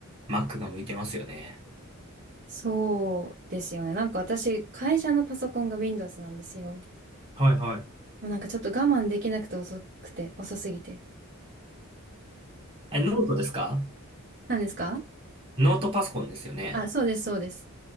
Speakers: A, on the right; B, on the right.
A: Mac が向いてますよね。
B: そうですよね。なんか私、会社のパソコンが Windows なんですよ。
A: はいはい。
B: なんかちょっと我慢できなくて遅くて、遅すぎて。
A: え、ノートですか
B: 何ですか
A: ノートパソコンですよね。
B: あ、そうです、そうです。